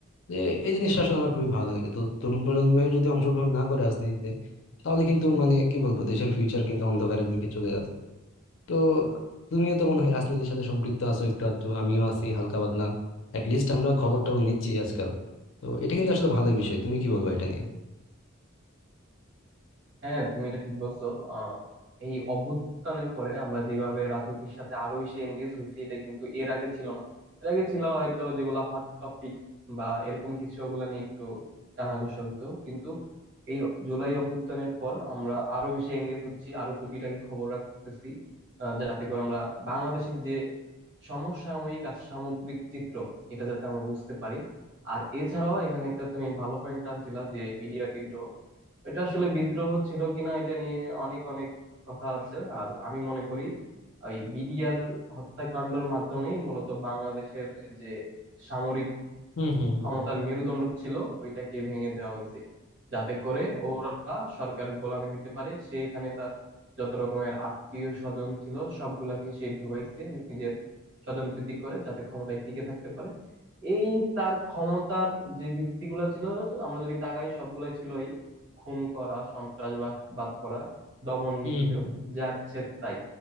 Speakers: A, on the left (about 65°); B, on the right (about 55°).
A: যে এই জিনিসটা আসলে আমার খুবই ভালো লাগে যে তো তরুণ প্রজন্মের যদি অংশগ্রহণ না করে রাজনীতিতে তাহলে কিন্তু মানে কি বলবো দেশের ফিউচারের কিন্তু অন্ধকারের দিকে চলে যাচ্ছে তো তুমিও তো মনে হয় রাজনীতির সাথে সম্পৃক্ত আছো একটু আধটু আমিও আছি হালকা পাতলা লিস্ট আমরা খবর টবর নিচ্ছি আজকাল তো এটা কিন্তু আসলে ভালো বিষয় তুমি কি বলবো এটা নিয়ে
B: হ্যাঁ তুমি এটা ঠিক বলছো আহ, এই অভ্যুত্থানের পরে আমরা যেভাবে রাজনীতির সাথে আরো বেশি এঙ্গেজ হয়েছি এটা কিন্তু এর আগে ছিল না এর আগে ছিল হয়তো যেগুলা হট টপিক বা এরকম কিছু ওগুলা নিয়ে একটু কানাঘুষা হইতো কিন্তু এই জুলাই অভ্যুত্থানের পর আমরা আরো বেশি এঙ্গেজ হচ্ছি আরো টুকিটাকি খবর রাখতেছি আহ, যাতে করে আমরা বাংলাদেশের যে সমসাময়িক আর সামগ্রিক চিত্র এটা যাতে আমরা বুঝতে পারি আর এছাড়াও এখানে একটা তুমি ভালো পয়েন্ট আনছিলা যে বিডিআর বিদ্রোহ এটা আসলে বিদ্রোহ ছিল কিনা এটা নিয়ে অনেক অনেক কথা আছে আর আমি মনে করি ওই বিডিআর হত্যাকাণ্ডের মাধ্যমেই মূলত বাংলাদেশের যে সামরিক
A: হুম হুম হুম
B: ক্ষমতার মেরুদণ্ড ছিল ওইটাকে ভেঙে দেওয়া হয়েছে যাতে করে ওরা সরকারের গোলামি হইতে পারে সেইখানে তার যত রকমের আত্মীয় স্বজন ছিল সবগুলাকে সে ঢুকাইছে নিজের স্বজন প্রীতি করে যাতে ক্ষমতায় টিকে থাকতে পারে এই তার ক্ষমতার যে ভিত্তিগুলো ছিল আমরা যদি তাকাই সবগুলাই ছিল এই খুন করা সন্ত্রাসবাদ করা দমন
A: হুম
B: নিপীড়ন
A: হুম
B: যাচ্ছে তাই